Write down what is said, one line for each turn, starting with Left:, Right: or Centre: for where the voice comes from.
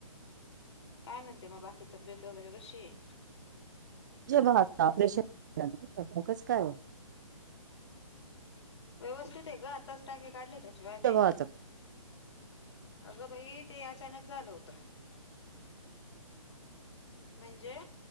Left: काय म्हणते मग बाकी तब्येत वगैरे कशी आहे.
Right: ज बता ऑपरेशनकच काय <inaudible>
Left: व्यवस्थित आहे ग आताच टाके काढले. त्याच्या आले
Right: भावाचं
Left: अगं भाई ते अचानक झालं होत. म्हणजे